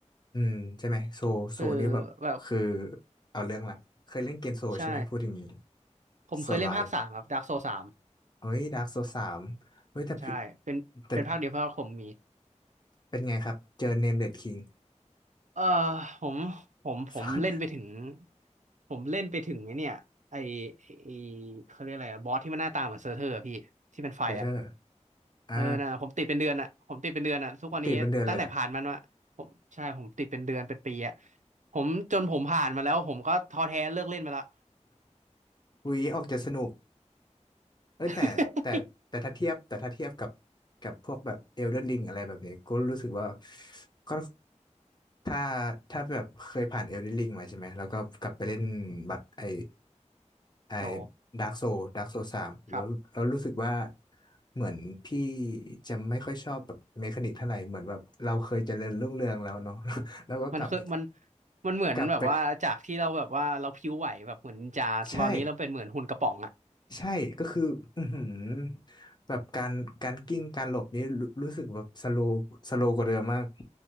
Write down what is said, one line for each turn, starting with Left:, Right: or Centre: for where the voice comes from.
Left: อืมใช่ไหมโซโซนี่แบบคือ
Right: คือแบบ
Left: เอาเรื่องละเคยเล่นเกมโซใช่ไหมพูดอย่างนี้
Right: ใช่ผมเคยเล่นภาคสามครับดาร์กโซสาม
Left: โซไลค์ เฮ้ยดาร์กโซสามเฮ้ย แต่พี่
Right: ใช่เป็นเป็นภาคเดียวเพราะว่าผมมี
Left: แต่เป็นไงครับ เจอเนมเดดคิง
Right: เออผมผมผมเล่นไปถึง
Left: ฟ <laughs> อน
Right: ผมเล่นไปถึงไอ้เนี่ยไอไอเขาเรียกอะไรอะบอสที่มันหน้าตาเหมือนเซอร์เทอร์อะพี่ที่เป็นไฟอ่ะ
Left: เดอร์อ่า
Right: เออนะผมติดเป็นเดือนอ่ะผมติดเป็นเดือนอ่ะทุกวันนี้ตั้งแต่ผ่านมันวะผมใช่ผมติดเป็นเดือนเป็นปีอ่ะ
Left: ติดเป็นเดือนเลยเหรอะ
Right: ผมจนผมผ่านมาแล้วผมก็ท้อแท้เลิกเล่นไปละ
Left: <laughs> วีออกจะสนุก เอ้ยแต่แต่แต่ถ้าเทียบแต่ถ้าเทียบกับ
Right: <laughs>
Left: กับพวกแบบเอลเดนริงอะไรแบบนี้ก็รู้สึกว่าก็ถ้าถ้าแบบเคยผ่านเอลเดนริงมาใช่ไหมแล้วก็กลับไปเล่นบัตรไอไอ
Right: โต
Left: ดาร์กโซดาร์กโซสามแล้วแล้วรู้สึกว่า
Right: ครับ
Left: เหมือนพี่จะไม่ค่อยชอบแบบเมคานิกเท่าไหร่เหมือนแบบเราเคยเจริญรุ่งเรืองแล้วเนาะ <laughs> แล้วก็กลับ
Right: มันคือมันมันเหมือนแบบว่าจากที่เราแบบว่าเราพริ้วไหวแบบเหมือนนินจาตอนนี้เราเป็นเหมือนหุ่นกระป๋องอ่ะ
Left: กลับไปใช่ ใช่ก็คืออือหือแบบการการกิ้งการหลบนี้รู้รู้สึกแบบสโลสโลกว่าเดิมมาก